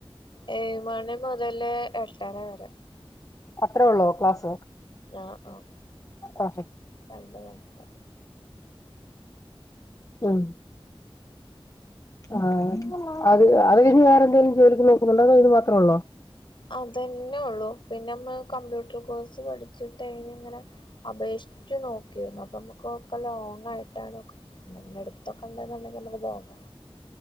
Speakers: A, on the left (about 55°); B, on the left (about 35°).
A: ഏഴു മണി മുതല് എട്ടര വരെ
B: അത്രേ ഒള്ളോ ക്ലാസ്
A: ആഹ് ആഹ്
B: ആ
A: രണ്ട് മണിക്കൂറ്.
B: ആം ഹ് ഹ് ആഹ് അത് അത് കഴിഞ്ഞ് വേറെ എന്തേലും ജോലിക്ക് നോക്കുന്നുണ്ടോ അതോ ഇത് മാത്രേ ഒള്ളോ?
A: അതന്നെ ഒള്ളു പിന്നെ നമ്മള് കമ്പ്യൂട്ടർ കോഴ്സ് പഠിച്ചിട്ട് അയിന് ഇങ്ങനെ അപേഷ് ച്ചു നോക്കീരുന്നു അപ്പൊമ്മക്കൊക്കെ ലോങ് ആയിട്ടാണ് ഒക്കെ കിട്ട്ണത്ങ്ങട് ത്തൊക്കെ ഇണ്ട്ന്ന്ണ്ടെങ്കി നമുക്ക് പോകാ.